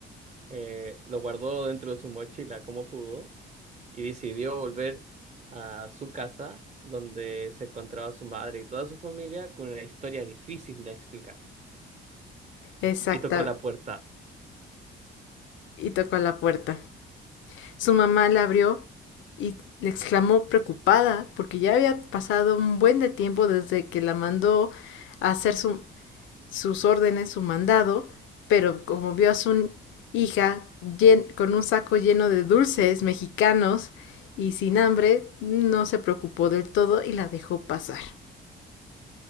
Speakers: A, on the right (about 35°); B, on the left (about 75°).
A: eh, lo guardó dentro de su mochila como pudo y decidió volver a su casa donde se encontraba su madre y toda su familia con una historia difícil de explicar.
B: Exacta.
A: Y tocó la puerta.
B: Y tocó a la puerta. Su mamá la abrió y le exclamó preocupada porque ya había pasado un buen de tiempo desde que la mandó a hacer su, sus órdenes, su mandado, pero como vio a su hija llen, con un saco lleno de dulces mexicanos y sin hambre, no se preocupó del todo y la dejó pasar.